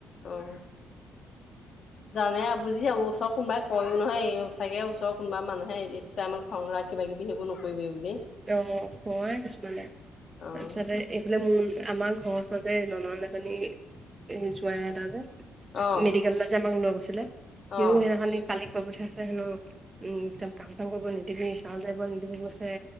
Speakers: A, on the left; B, on the right.
A: অঁ। জানে বুজি যাব। ওচৰ কোনোবাই কয়ও নহয় এইও চাগে ওচৰৰ কোনোবা মানুহে এ তই আমাক খং-ৰাগ কিবা-কিবি সেইবোৰ নকৰিবি বুলি।
B: তেঁও মোক কয় কিছুমানে।
A: অ',
B: তাৰপিছতে এইফালে মোৰ আমাৰ ঘৰৰ ওচৰতে ননন্দ এজনী এই জোৱাই এটা যে
A: অ',
B: মেডিকেললে যে আমাক লৈ গৈছিলে।
A: অ',
B: সিও সেইদিনাখনি কালি কৈ পঠিয়াইছে হেনো, উম তাক কাম-চাম কৰিব নিদিবি, চাউল জাৰিব নিদিবি কৈছে।